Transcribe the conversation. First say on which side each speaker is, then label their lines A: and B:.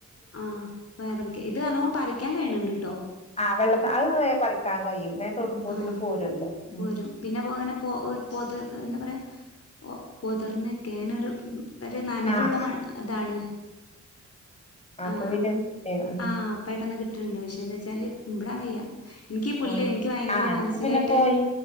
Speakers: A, on the left; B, on the left.
A: ആഹ് പ്പയെ പറിക്കെ ഇത് നല്ലോം പറിക്കാൻ കയ്യ്ണ്‌ ഇണ്ട്ട്ടോ
B: ആഹ് വെള്ള ത അഹ് വേം പറിക്കാൻ കഴിയും വേം തൊടുംമ്പോത്തിന്
A: ആഹ്
B: പോരൊല്ലോ ഉം
A: പോരും പിന്നെ ഇപ്പ അങ്ങനെ പൊ പൊത്ർന്ന് എന്താ പറയാ പൊ പൊതിർന്ന്ക്കെ അങ്ങനെ ഒരു ഒര് നനവ്
B: ആഹ്
A: ഇള്ള മണ് ഇതാണ്
B: അപ്പ
A: ആഹ്
B: പിന്നെ കിട്ടൊയ്
A: ആഹ് പെട്ടെന്ന് കിട്ട് ഇണ്ട് പക്ഷേ എന്താച്ചാൽ കുമ്പ് ഇടാൻ വെയ്യാ ഇൻക്ക് ഈ പുല്ല്
B: ആഹ്
A: ഇൻക്ക് ഭയങ്കര
B: ആഹ് അനക്ക്
A: മാനസികായിട്ട്
B: പിന്നെ പോയി